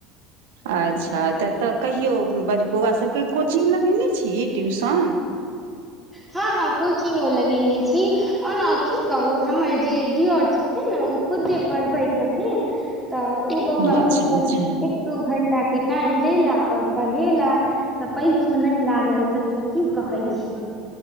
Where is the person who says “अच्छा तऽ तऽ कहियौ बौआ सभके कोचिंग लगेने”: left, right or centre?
Right